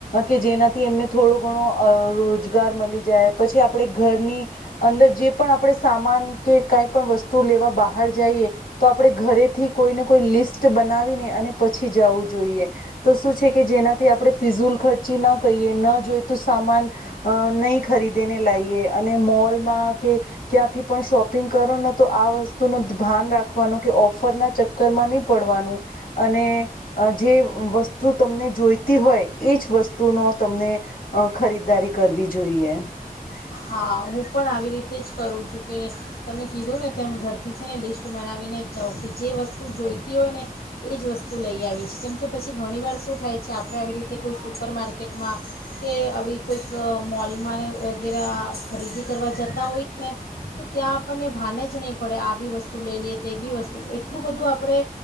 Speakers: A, on the left; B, on the left.
A: કે જેનાથી એમને થોડો <unintelligible> રોજ ગાર મળી જાય. પછી આપડે ની અંદર જે પણ આપણે સામાન કે કઈ પણ વસ્તુ લેવા બહાર જઈએ. તો આપણે ઘરેથી કોઈને કોઈ લિસ્ટ બનાવીને અને પછી જવું જોઈએ. તો શું છે કે જેનાથી આપણે ફિઝુલ ખર્ચી ના કરિએ. ન જોઈતું સામાન, નહી ખરીદીને લાઈએ. અને મોલમાં, કે ક્યાંથી પણ શોપિંગ કરો ને. તો આ વસ્તુ ન ભાન રાખવાનું. કે ઓફરના ચક્કરમાં ની પડવાનું. અને જે વસ્તુ તમને જોઈતી હોય એજ વસ્તુનો તમને ખરીદારી કરવી જોઈએ.
B: હા, હું પણ આવી રીતે જ કરું છું, કે તમે કીધું ને તેમ ઘરથી છે ને લિસ્ટ બનાવીને જ જાવ. કે જે વસ્તુ જોઈતી હોય ને, એ જ વસ્તુ લઈ આવે છે. કેમ કે પછી ઘણીવાર શું થાય છે, આપણે આવી રીતે કોઈ સુપર માર્કેટમાં, કે આવી કોઈક મોલમાંને વગેરે ખરીદી કરવા જતા હોઈએ ને, તો ત્યાં આપણને ભાન જ નહીં પડે. આ બી વસ્તુ લઈ લઈએ, તે બી વસ્તુ, એટલું બધું આપણે